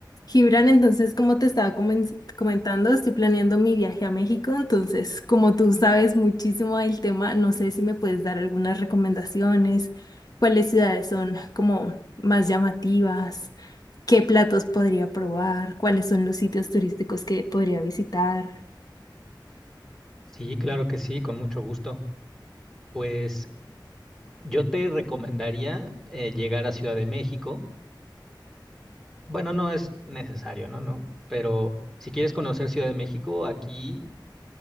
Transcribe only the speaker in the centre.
Sí, claro que sí, con mucho gusto. Pues yo te recomendaría eh, llegar a Ciudad de México. Bueno, no es necesario, ¿no? No, pero si quieres conocer Ciudad de México, aquí